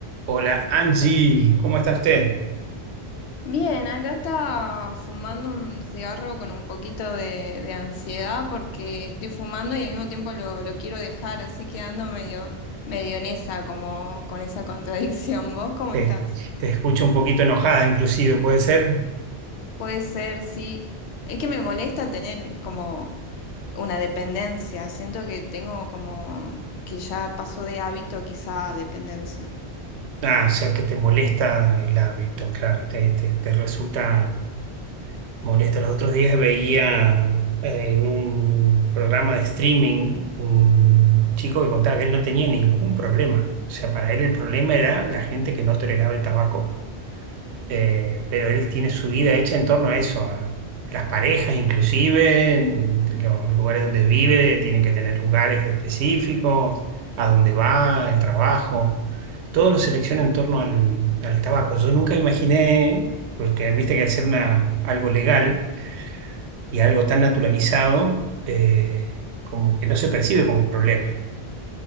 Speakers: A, on the right (about 85°); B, on the left (about 85°).
A: Hola Angie, ¿cómo está usted?
B: Bien, acá está fumando un cigarro con un poquito de, de ansiedad porque estoy fumando y al mismo tiempo lo, lo quiero dejar, así que ando medio, medio en esa, como con esa <laughs> contradicción. ¿Vos cómo
A: Te,
B: estás?
A: te escucho un poquito enojada, inclusive, ¿puede ser?
B: Puede ser, sí. Es que me molesta tener como una dependencia. Siento que tengo como que ya pasó de hábito quizá a dependencia.
A: Ah, o sea que te molesta el hábito, claro, te, te- te resulta molesto. Los otros días veía eh, en un programa de streaming un chico que contaba que él no tenía ningún problema. O sea, para él el problema era la gente que no toleraba el tabaco. Eh, pero él tiene su vida hecha en torno a eso, a las parejas inclusive, en los lugares donde vive, tienen que tener lugares específicos, a dónde va, el trabajo, todo lo selecciona en torno al, al tabaco. Yo nunca imaginé, porque viste que hacer una, algo legal y algo tan naturalizado, eh, como que no se percibe como problema.